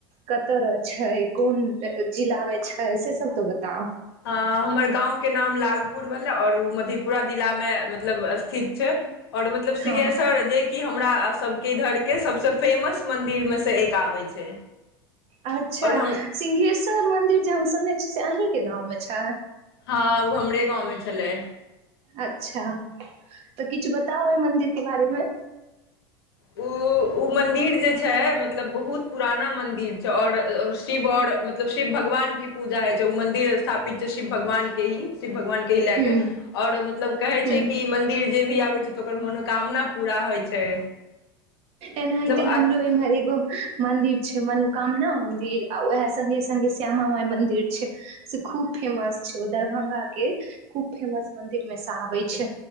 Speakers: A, on the right; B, on the left.
A: कत छै कोन जिला मे छै से सब तो बताउ
B: ह हमर गाँंव के नाम लालपुर भेला और ओ मधेपुरा जिला में मतलब स्थित छै और मतलब सिंघेस्वर
A: हँ
B: जे कि हमरा सबके इधरके सबसे फेमस मन्दिर मे से एक आबै छै
A: अच्छा
B: आओर हम
A: सिंघेश्वर मन्दिर जे हम सुनने छ से अहीके गाँवमे छै
B: हँ ओ हमरे गाँवमे छलै
A: अच्छा तऽ किछु बताउ ओहि मन्दिरके बारेमे
B: ओ उ मन्दिर जे छै मतलब बहुत पुराना मन्दिर छै आओर शिव आओर मतलब शिव भगवान के पूजा हय छै उ मंदिर स्थापित छै शिव भगवान के ही शिव भगवान के ही लए
A: हूँ
B: के आओर मतलब कहै
A: हूँ
B: छै कि मन्दिर जे भी आबै छै तऽ ओकर मनो कामना पूरा होइ छै
A: एनाहिते
B: मतलब
A: हमरो इमहर एगो मन्दिर छै मनोकामना मन्दिर आ ओएह सङ्गे सङ्गे श्यामा माइ मन्दिर छै से खूब फेमस छै ओ दरभंगा के खूब फेमस मंदिर मे से आबे छै